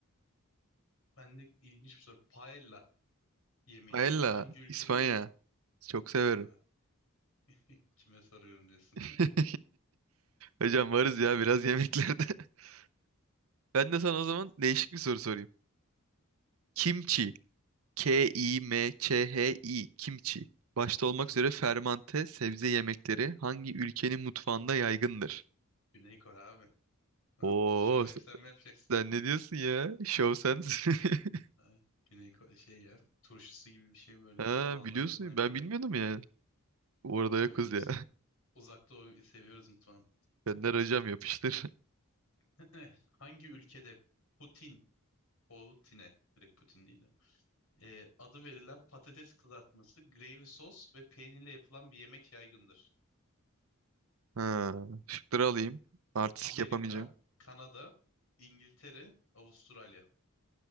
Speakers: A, on the left (about 80°); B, on the right (about 75°).
A: Ben de ilginç bir soru. Paella yemeği
B: Paella
A: hangi ülkenin...
B: İspanya. Çok severim.
A: Vay, <laughs> Kime soruyorum diyorsun.
B: <laughs> Hocam varız ya biraz yemeklerde. <laughs> Ben de sana o zaman değişik bir soru sorayım. Kimçi. K-I-M-Ç-H-I. Kimçi. Başta olmak
A: <laughs>
B: üzere fermante sebze yemekleri hangi ülkenin mutfağında yaygındır?
A: Güney Kore abi. Ah,
B: Oo,
A: şovu hep sen mi yapacaksın?
B: sen ne diyorsun ya? Show sense. <laughs>
A: Ha, Güney Kore şey ya turşusu gibi bir şey böyle
B: Ha,
A: lahanayla
B: biliyorsun.
A: falan yapıyorlar.
B: Ben bilmiyordum ya. Orada
A: Bilmiyorum
B: yokuz
A: ya uz
B: ya.
A: uzak doğu seviyoruz mutfağını.
B: <laughs> Benden hocam yapıştır.
A: <laughs> <clears throat> Hangi ülkede Putin, Putin'e direkt Putin değil de e, adı verilen patates kızartması, gravy sos ve peynirle yapılan bir yemek yaygındır?
B: Ha, şıkları alayım. Artistik
A: Amerika,
B: yapamayacağım.
A: Kanada, İngiltere, Avustralya.